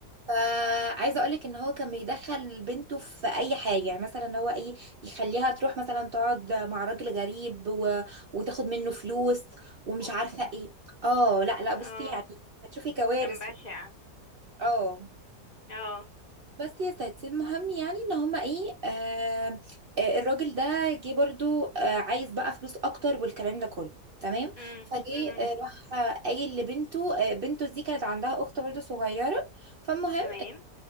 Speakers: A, on the right (about 75°); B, on the left (about 30°).
A: فعايزه اقولك ان هو كان بيدخل بنته في اي حاجه يعني مثلا هو ايه يخليها تروح مثلا تقعد مع راجل غريب و... وتاخد منه فلوس ومش
B: اوف
A: عارفه ايه اه لا لا بصي
B: اه
A: يعني هتشوفي كوارث
B: كان بشع
A: في- اه
B: اه
A: بس يا ستي المهم يعني ان هما ايه آه آه، الراجل ده جه برضو آه عايز بقى فلوس اكتر والكلام ده كله تمام
B: امم
A: فجه
B: امم
A: آه، راح آه، قايل لبنته آه، بنته دي كانت عندها اخت برضو صغيره فالمهم
B: تمام